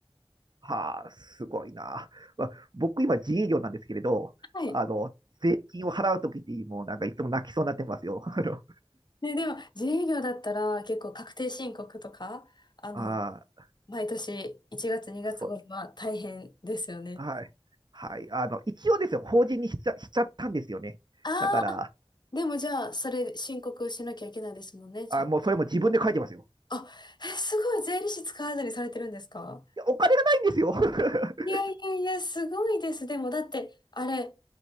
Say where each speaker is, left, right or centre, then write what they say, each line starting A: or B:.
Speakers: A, on the right; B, on the left.
A: はあ、すごいな。わ僕今自営業なんですけれど、
B: はい。
A: あの、税金を払うときって、もうなんかいつも泣きそうになってますよ。<laughs> あの、
B: ね、でも、自営業だったら、結構確定申告とか、あの、
A: ああ、
B: 毎年1月2月頃は大変ですよね。
A: そう、はい。はい。あの、一応ですよ、法人にしちゃ、しちゃったんですよね。
B: あーあ、
A: だから、
B: でもじゃあ、それ申告しなきゃいけないですもんね。じ、
A: あ、もうそれも自分で書いてますよ。
B: あ、え、すごい、税理士使わずにされてるんですか
A: いや、お金がないんですよ。<laughs>
B: いやいやいや、すごいです。でも、だって、あれ、